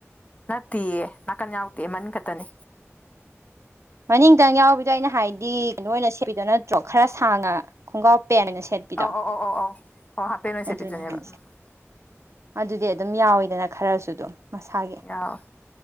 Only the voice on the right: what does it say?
ꯃꯅꯤꯡꯇꯪ ꯌꯥꯎꯕꯤꯗꯣ ꯑꯩꯅ ꯍꯥꯏꯗꯤ ꯀꯩꯅꯣ ꯑꯣꯏꯅ ꯁꯦꯠꯄꯤꯗꯣ ꯅꯠꯇ꯭ꯔꯣ ꯈꯔ ꯁꯥꯡꯉ ꯈꯣꯡꯒ꯭ꯔꯥꯎ ꯄꯦꯟ ꯑꯣꯢꯅ ꯁꯦꯠꯄꯤꯗꯣ
ꯑꯗꯨꯅꯦ ꯍꯥꯏꯖꯦ
ꯑꯗꯨꯗꯤ ꯑꯗꯨꯝ ꯌꯥꯎꯋꯤꯗꯅ ꯈꯔꯁꯨ ꯑꯗꯨꯝ ꯃꯁꯥꯒꯤ